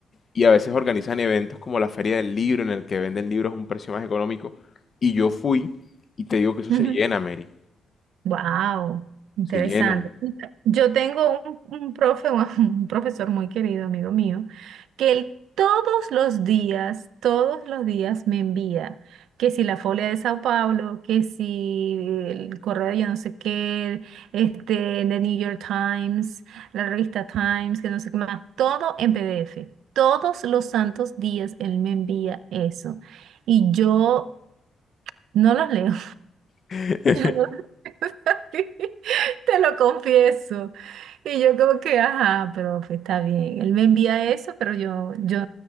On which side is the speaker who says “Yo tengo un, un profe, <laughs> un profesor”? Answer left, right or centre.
Right